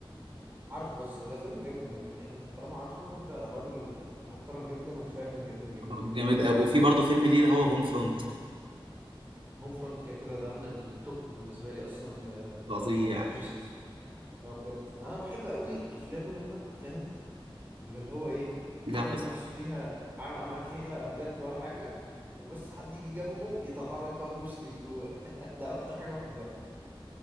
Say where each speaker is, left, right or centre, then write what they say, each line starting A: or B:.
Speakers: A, on the right (about 20°); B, on the right (about 70°).
A: عارفه بس ده فيلم جامد موت يعني انت طالما عارفه انت راجل آه، محترم جدا وفاهم جدا جدا
B: هو
A: جدا
B: جامد قوي وفي برضه فيلم ليه اللي هو هوم فرونت
A: هوم فرونت كده كده ده من التوب بالنسبه لي اصلا ل
B: فظيع
A: جيسون ستاثام. اه بجد انا بحب قوي افلامه لما فاهم يبقى اللي هو ايه
B: لا
A: عامل
B: قصه
A: نفسه فيها عامل عامل فيها بجد ولا حاجه وبس حد يجي جنبه يطلع لك بقى بروس لي اللي جوه <laughs> ده اكتر حاجه بحبها